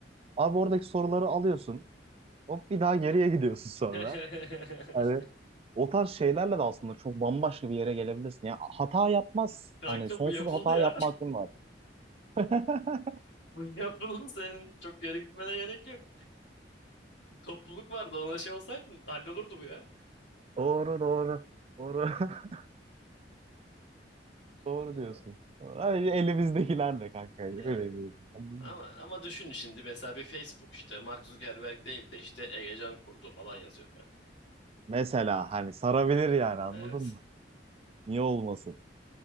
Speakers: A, on the right (about 35°); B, on the left (about 80°).
A: Abi oradaki soruları alıyorsun. Hop bir daha geriye gidiyorsun <laughs> sonra.
B: <laughs>
A: Hani o tarz şeylerle de aslında çok bambaşka bir yere gelebilirsin. Yani hata yapmaz.
B: Kanka
A: Hani sonsuz
B: bu yapıldı
A: hata
B: ya.
A: yapma
B: <laughs>
A: hakkın var. <laughs>
B: Bu yapıldı senin çok yere gitmene gerek yok. Topluluk vardı ona şey olsaydın hallolurdu bu ya.
A: Doğru doğru. Doğru. <laughs>
B: Vallahi
A: Doğru diyorsun. Doğru. Hani elimizdekilerle kanka. Öyle
B: yani.
A: bir. Anladın mı?
B: Ama ama düşün şimdi mesela bir Facebook işte Mark Zuckerberg değil de işte Egecan kurdu falan yazıyor böyle.
A: Mesela hani sarabilir yani anladın
B: Evet.
A: mı? Niye olmasın?